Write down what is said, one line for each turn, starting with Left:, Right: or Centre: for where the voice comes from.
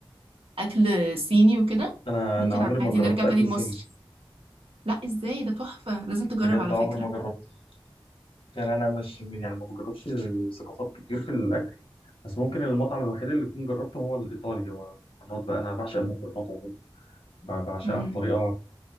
Right: أكل صيني وكده
Left: انا
Right: ممكن
Left: انا عمري ما
Right: عادي
Left: جربت
Right: نرجع
Left: اكل
Right: تاني لمصر
Left: صيني
Right: لا ازاي ده تحفة لازم تجرب
Left: بجد
Right: على
Left: عمري
Right: فكرة
Left: ما جربت يعني انا مش يعني ما بجربش ثقافات كتير في الاكل بس ممكن المطعم الوحيد اللي كنت جربته هو الايطالي هو المكرونات بقى انا بعشق المكرونات عموما ب- بعشقها
Right: مم.
Left: بطريقه